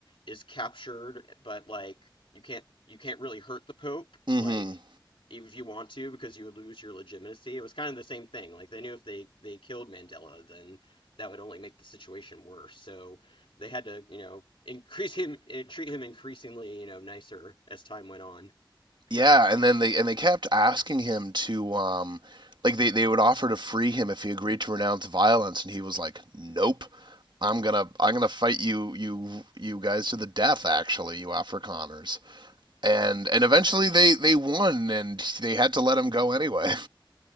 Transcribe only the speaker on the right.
Mm-hmm.
Yeah, and then they and they kept asking him to um like they, they would offer to free him if he agreed to renounce violence and he was like, Nope. I'm gonna I'm gonna fight you you you guys to the death actually, you Afrikaners. And and eventually they, they won and they had to let him go anyway.